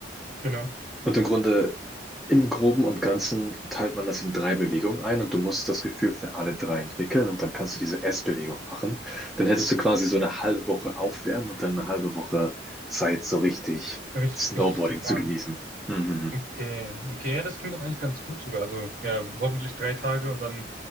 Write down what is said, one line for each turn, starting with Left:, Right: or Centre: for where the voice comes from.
Right: genau.
Centre: Und im Grunde, im Groben und Ganzen teilt man das in drei Bewegungen ein und du musst das Gefühl für alle drei entwickeln und dann kannst du diese S-Bewegung machen. Dann hättest du quasi so eine halbe Woche aufwärmen und dann eine halbe Woche Zeit, so richtig
Right: Richtig,
Centre: Snowboarding
Right: richtig zu fahren.
Centre: zu genießen. Mhm.
Right: Okay, okay, ja, das klingt doch eigentlich ganz gut sogar. Also ja, hoffentlich drei Tage und dann